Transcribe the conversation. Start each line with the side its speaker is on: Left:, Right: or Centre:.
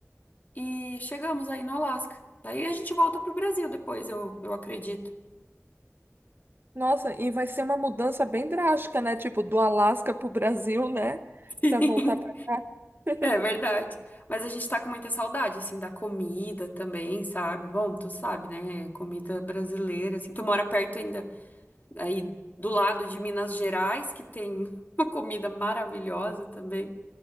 Left: e chegamos aí no Alasca. Daí a gente volta para o Brasil depois, eu, eu acredito.
Right: Nossa, e vai ser uma mudança bem drástica, né? Tipo, do Alasca pro Brasil, né?
Left: <laughs>
Right: Pra voltar pra cá. <laughs>
Left: É verdade. Mas a gente tá com muita saudade, assim, da comida também, sabe? Bom, tu sabe, né? Comida brasileira, assim. Tu mora perto ainda, aí do lado de Minas Gerais, que tem <laughs> uma comida maravilhosa também.